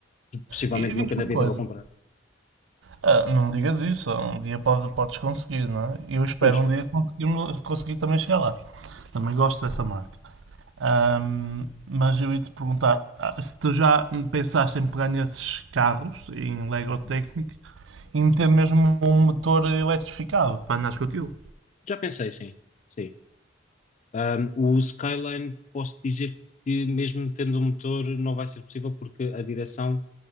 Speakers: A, on the left; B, on the right.
A: Possivelmente
B: E, e diz-me
A: nunca na
B: uma
A: vida
B: coisa,
A: vou comprar.
B: Ah, não digas isso, um dia pode, podes conseguir, não é? Eu espero
A: Vamos
B: um
A: ver.
B: dia conseguir, conseguir também chegar lá. Também gosto dessa marca. Ahm, mas eu ia te perguntar ah, se tu já pensaste em pegar nesses carros, em Lego
A: Uhum.
B: Technic, e meter mesmo um motor eletrificado para andares com aquilo.
A: Já pensei, sim. Sim. Ahm, o Skyline, posso dizer que, mesmo tendo um motor, não vai ser possível porque a direção